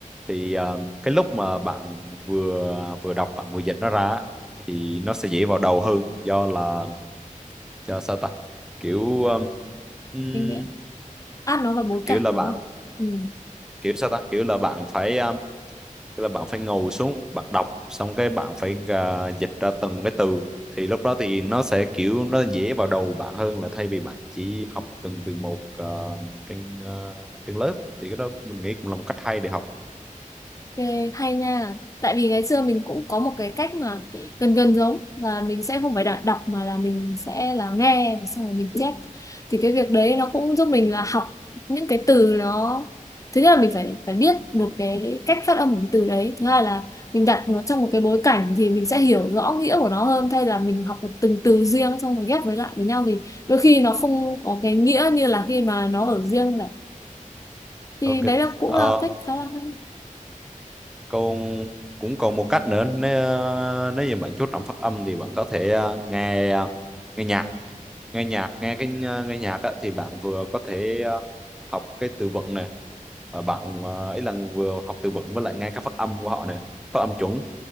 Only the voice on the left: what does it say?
Mình ờ, áp nó vào bối
cảnh
đúng
không? Ừ.
Ghê, hay nha. Tại vì ngày xưa mình cũng có một cái cách mà gần gần giống là mình sẽ không phải đọc, đọc mà là mình sẽ là nghe và xong rồi mình chép. Thì cái việc đấy nó cũng giúp mình là học những cái từ nó thứ nhất là mình phải phải biết được cái cách phát âm của cái từ đấy. Thứ hai là mình đặt nó trong một cái bối cảnh thì mình sẽ hiểu rõ nghĩa của nó hơn thay là mình học một từng từ riêng xong rồi ghép với lại với nhau thì đôi khi nó không có cái nghĩa như là khi mà nó ở riêng này. Thì
đấy là cũng
là cách khá là hay.